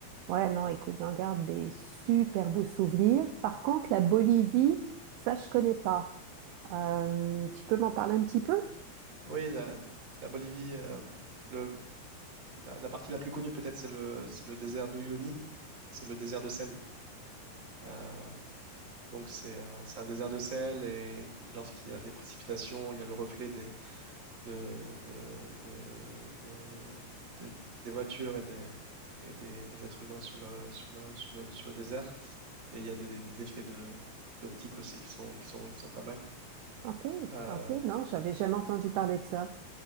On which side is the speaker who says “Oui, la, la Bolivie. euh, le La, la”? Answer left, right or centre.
Right